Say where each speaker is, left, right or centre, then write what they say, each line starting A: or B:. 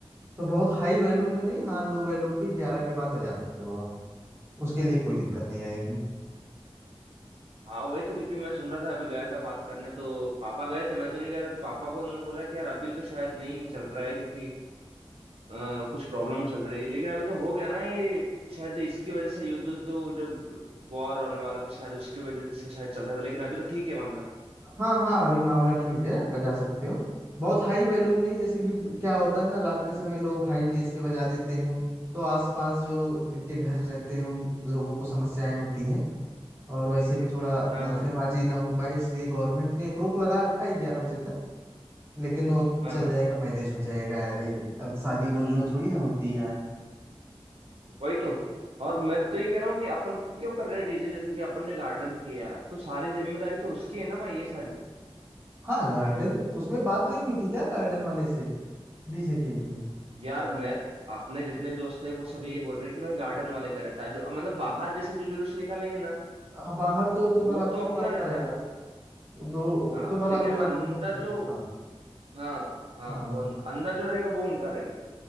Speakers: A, on the right; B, on the right.
A: तो बहुत हाई वॉल्यूम पे नहीं हाँ लो वॉल्यूम पे ग्यारह के बाद बजा सकते हो आप उसके लिए कोई दिक्कत नहीं आएगी
B: हाँ वही तो क्योंकि मैं सुन रहा था अभी गया था बात करने तो पापा गए थे मैं तो नहीं गया था तो पापा को उन्होंने बोला कि यार अभी तो शायद नहीं चल रहा है क्योंकि अ, कुछ प्रॉब्लम चल रही है लेकिन अभी तो हो गया ना ये शायद इसकी वजह से युद्ध उद्ध जो वॉर होने वाला था शायद उसकी वजह से शायद चल रहा था लेकिन अभी तो ठीक है मामला
A: हाँ हाँ अभी मामला ठीक है आप बजा सकते हो बहुत हाई वॉल्यूम नहीं जैसे कि क्या होता है ना रात के समय लोग हाई बेस पे बजा देते हैं तो आसपास जो जिनके घर रहते हैं उन लोगों को समस्याएं होती हैं और वैसे भी थोड़ा
B: हाँ
A: लफड़ेबाजी
B: हाँ
A: ना हो पाए इसलिए गवर्नमेंट ने एक रोक लगा रखा है ग्यारह बजे तक लेकिन वो
B: हाँ
A: चल
B: हाँ
A: जाएगा मैनेज हो जाएगा अरे अब शादी रोज रोज थोड़ी ना होती है यार
B: वही तो और मैं तो ये कह रहा हूँ कि अपन क्यों कर रहे हैं डीजे जैसे कि अपन ने गार्डन किया तो सारी जिम्मेदारी तो उसकी है ना भाई ये सारी तो?
A: हाँ गार्डन उसमें बात नहीं हुई थी क्या गार्डन वाले से डीजे के लिए
B: यार मैं अपने जितने भी दोस्त हैं वो सब यही बोल रहे हैं कि भाई गार्डन वाले का रहता है जो मतलब बाहर जैसे जो जुलूस निकालेंगे ना
A: हाँ बाहर तो वो तो बारातियों
B: वो तो अपना
A: का अपना
B: रहता
A: रहेगा
B: है
A: वो तो वो
B: हाँ
A: तो बाराती
B: लेकिन
A: वालों
B: अंदर
A: का
B: जो हाँ हाँ
A: हाँ
B: वो अं- अंदर जो रहेगा वो उनका रहेगा